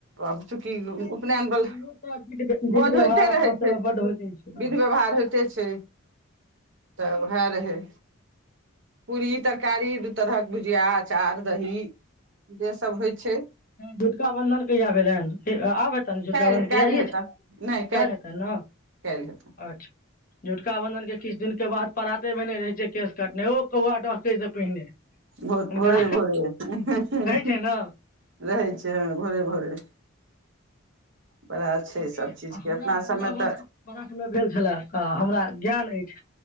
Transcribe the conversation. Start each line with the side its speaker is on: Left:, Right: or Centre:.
Right: आब चूंकि
Left: से
Right: उपनयन
Left: पहिलहियो
Right: वला
Left: तऽ विध विध
Right: भोज
Left: व्यवहार
Right: होइते
Left: अपना
Right: रहै
Left: सबमे
Right: छै,
Left: बड्ड होइत अछि ने
Right: विध व्यवहार होइते छै, त वएह त रहै, पुरी तरकारी दु तरहक भुजिया अचार दही जे सब होइ छै
Left: झुटका बन्धन कहिया भेलनि कि आब हेतैन झुटकाबन्धन,
Right: काल्हि
Left: कि
Right: काल्हि
Left: आइये
Right: हेतनि
Left: जैन।
Right: नहि
Left: काल्हि हेतनि ने,
Right: काल्हि हेतनि
Left: अच्छा, झुटका बन्धनके किछु दिनके बाद पराते भेने रहैत छै केस कटने ओ कौआ डहकै से पहिने
Right: भ
Left: हुनका
Right: भोरे भोरे रहै
Left: छै ने
Right: छै हँ भोरे भोरे बड़ा छै
Left: चूँकि
Right: सब चीज के
Left: हमरा
Right: अपना
Left: पन्द्रह
Right: सबमे
Left: बर्ष
Right: तऽ
Left: बरखमे भेल छले आ हमरा ज्ञान अछि